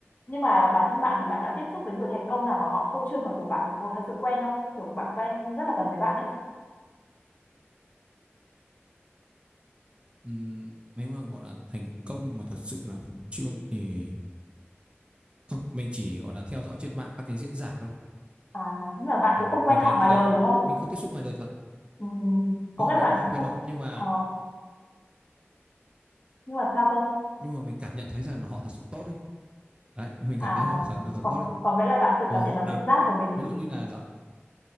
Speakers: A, on the left; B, on the right.
A: nhưng mà bản thân bạn thì bạn đã tiếp xúc với người thành công nào mà họ phô trương mà kiểu bạn có thật sự quen không kiểu bạn quen rất là gần với bạn ấy
B: Ừm, nếu mà gọi là thành công mà thật sự là phô trương thì không mình chỉ gọi là theo dõi trên mạng các cái diễn giả thôi
A: à, nhưng mà bạn
B: Ừm,
A: cũng không quen
B: mình
A: họ
B: thấy
A: ngoài
B: cái đấy
A: đời đúng không
B: mình không tiếp xúc ngoài đời thật
A: ừ, có
B: đúng
A: nghĩa
B: là
A: là
B: mình
A: bạn
B: cũng không quen
A: cũng
B: họ nhưng mà
A: ờ, nhưng mà sao cơ
B: nhưng mà mình cảm nhận thấy rằng là họ thật sự tốt đấy đấy mình
A: à
B: cảm thấy họ thật, sự
A: còn
B: tốt đấy
A: còn nghĩa là bạn tự
B: và
A: cảm nhận
B: họ
A: bằng
B: làm
A: trực giác của mình
B: ví dụ như là giả,